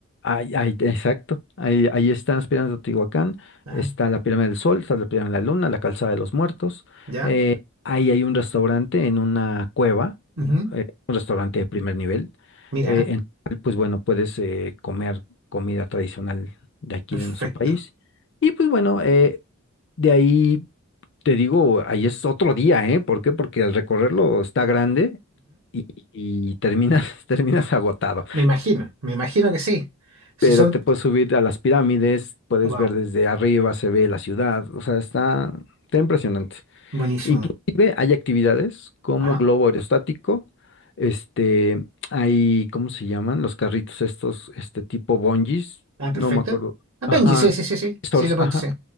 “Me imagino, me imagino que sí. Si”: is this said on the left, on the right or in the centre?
Right